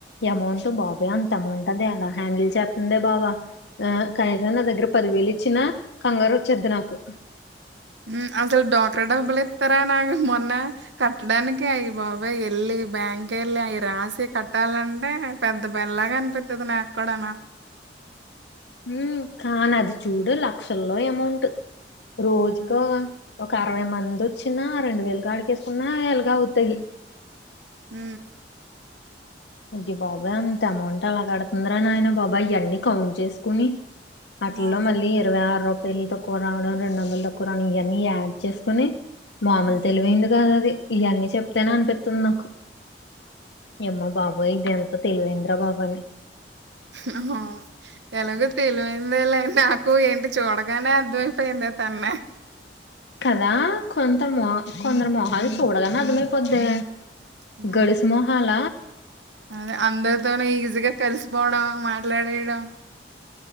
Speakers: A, on the left; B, on the right.
A: ఎమౌంట్ బాబోయ్ అంత ఎమౌంటది ఎలా హ్యాండిల్ చేత్తుందే బాబ ఆ కనీసం నా దగ్గర పదివేలిచ్చినా కంగారొచ్చేద్ది నాకు
B: ఉ అసలు డోక్రా డబ్బులిత్తరా నాకు మొన్నా కట్టడానికి అయి బాబోయ్ ఎళ్ళి బ్యాంకెళ్ళి అవి రాసి కట్టాలంటే పెద్ద పనిలాగా అనిపిత్తది నాక్కుడానూ
A: ఉ కానది చూడు లక్షల్లో ఎమౌంట్ రోజుకో
B: హ్మ్.
A: ఒకరవై మందొచ్చినా రెండు వేలు కాడికేసుకున్నా ఎలగవుతది
B: హ
A: అయ్య బాబోయ్ అంతెమౌంట్ ఎలా కడతుందరా నాయన బాబాయ్ అయన్నీ కౌంట్ చేసుకుని అటిల్లో
B: ఆ
A: మళ్ళీ ఇరవై ఆరు రూపాయలు తక్కువ రావడం రెండోదలు తక్కువ రావడం ఇవన్నీ యాడ్ చేసుకుని మామూలు
B: హ్మ్
A: తెలివైంది గాదది ఇయన్నీ చెప్తేననిపిత్తుంది నాకు ఎమ్మో బో ఇదెంత తెలివైంద్రబాబని
B: హ్ హవు ఎలగు తెలివైందే లే నాకు ఏంటి చూడగానే అర్థమైయిపోయింది తన్ని
A: కదా కొంతమో కొందరు మొహాలు చూడాగానే అర్థమైపోద్దీ
B: హ్మ్
A: గడుసుమొహాల
B: అదే అందరితోను ఈజీగ కలిసిపోవడం మాట్లాడేయడం